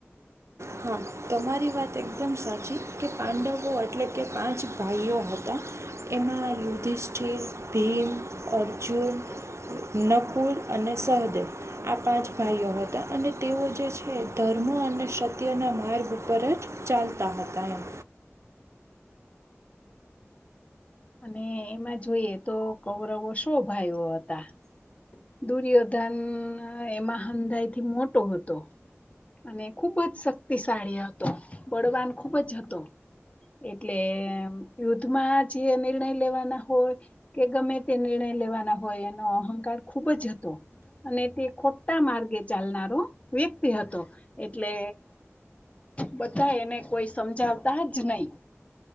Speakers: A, on the right; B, on the left.
A: હા તમારી વાત એકદમ સાચી કે પાંડવો એટલે કે પાંચ ભાઈઓ હતા એમાં યુધિષ્ઠિર ભીમ અર્જુન નકુલ અને સહદેવ આ પાંચ ભાઈઓ હતા અને તેઓ જે છે ધર્મ અને સ અત્યના માર્ગ પર જ ચાલતા હતા એમ
B: અને એમાં જોઈએ તો કૌરવો શો ભાઈઓ હતા દુર્યોધન એમાં હંધાઈ થી મોટો હતો અને ખુબ જ શક્તિશાળી હતો બળવાન ખુબ જ હતો એટલે યુદ્ધ માં જે નિર્ણય લેવાના હોય કે ગમે તે નિર્ણય લેવાના હોય એનો અહંકાર ખુબ જ હતો અને તે ખોટા માર્ગે ચાલનારો વ્યક્તિ હતો એટલે બધા એને કોઈ સમજાવતા જ નહી